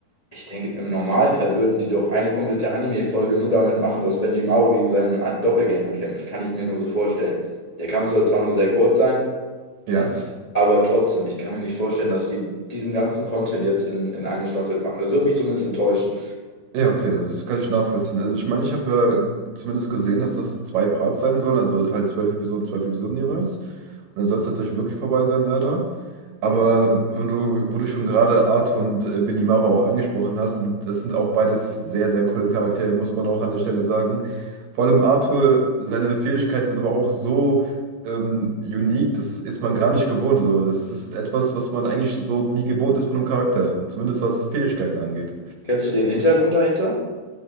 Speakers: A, on the left; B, on the right.
A: Ich denke, im Normalfall würden die doch eine komplette Anime-Folge nur damit machen, dass Benjimaro gegen seinen An- Doppelgänger kämpft. Kann ich mir nur so vorstellen. Der Kampf soll zwar nur sehr kurz sein, ne?
B: Ja.
A: Aber trotzdem, ich kann mir nicht vorstellen, dass die diesen ganzen Content jetzt in, in eine Staffel packen. Das würde mich zumindest enttäuschen.
B: Ja, okay, das kann ich nachvollziehen. Also ich meine, ich habe ja zumindest gesehen, dass das zwei Parts sein sollen, also halt zwölf Episoden, zwölf Episoden jeweils. Und dann soll es tatsächlich wirklich vorbei sein, leider.
A: Ja.
B: Aber wenn du, wo du schon gerade Arthur und äh, Benimaru auch angesprochen hast, sind, das sind auch beides sehr, sehr coole Charaktere, muss man auch an der Stelle sagen. Vor allem Arthur, seine Fähigkeiten sind aber auch so ähm, unique, das ist man gar nicht gewohnt. So. Das ist etwas, was man eigentlich so nie gewohnt ist von einem Charakter, zumindest was Fähigkeiten angeht.
A: Kennst du den Hintergrund dahinter?